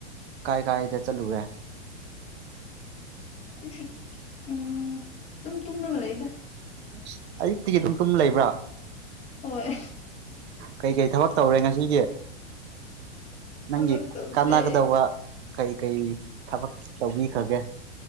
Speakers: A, on the right; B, on the left.
A: ꯀꯥꯏ ꯀꯥꯏꯗ ꯆꯠꯂꯨꯔꯦ
B: <unintelligible> ꯎꯝ ꯗꯨꯝ ꯇꯨꯝꫪꯒ ꯂꯩꯗ
A: ꯑꯁ ꯑꯌꯨꯛꯇꯒꯤ ꯗꯨꯝ ꯇꯨꯝ ꯂꯩꯕ꯭ꯔ
B: ꯍꯣꯏ
A: ꯀꯩ ꯀꯩ ꯊꯕꯛ ꯇꯧꯔꯦ ꯉꯁꯤꯒꯤ ꯅꯪꯒꯤ
B: ꯊꯕꯛ ꯇꯧꯗꯦ
A: ꯀꯥꯟꯅꯒꯗꯧꯕ ꯀꯩ ꯀꯩ ꯊꯕꯛ ꯇꯧꯕꯤꯈ꯭ꯔꯒꯦ